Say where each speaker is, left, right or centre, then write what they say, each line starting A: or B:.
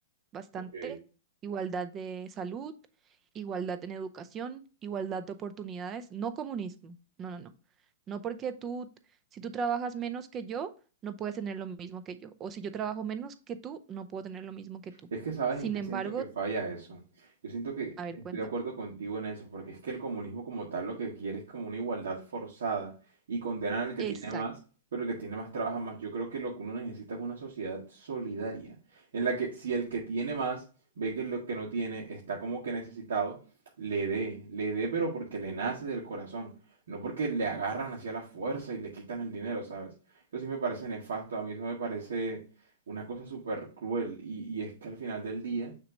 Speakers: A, on the right; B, on the right.
A: bastante,
B: Ok.
A: igualdad de salud, igualdad en educación, igualdad de oportunidades, no comunismo, no, no, no. No porque tú, si tú trabajas menos que yo, no puedes tener lo mismo que yo, o si yo trabajo menos que tú, no puedo tener lo mismo que tú.
B: Es que sabes
A: Sin
B: en qué
A: embargo,
B: siento que falla eso. Yo siento que
A: a ver,
B: estoy
A: cuéntame.
B: de acuerdo contigo en eso, porque es que el comunismo como tal lo que quiere es como una igualdad forzada y condenan al que
A: Exacto.
B: tiene más, pero el que tiene más trabaja más. Yo creo que lo que uno necesita es una sociedad solidaria, en la que si el que tiene más ve que lo que no tiene está como que necesitado, le dé, le dé, pero porque le nace del corazón, no porque le agarran hacia la fuerza y le quitan el dinero, ¿sabes? Eso sí me parece nefasto, a mí eso me parece una cosa súper cruel. Y, y es que al final del día,